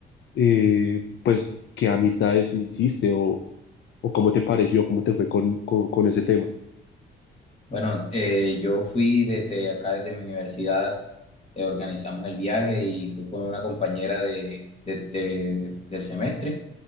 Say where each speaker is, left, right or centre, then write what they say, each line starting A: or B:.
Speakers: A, on the left; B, on the left.
A: eh, pues, ¿qué amistades hiciste o, o cómo te pareció, cómo te fue con, con, con ese tema?
B: Bueno, eh, yo fui desde acá, desde mi universidad, eh, organizamos el viaje y fui con una compañera de, de- de- del semestre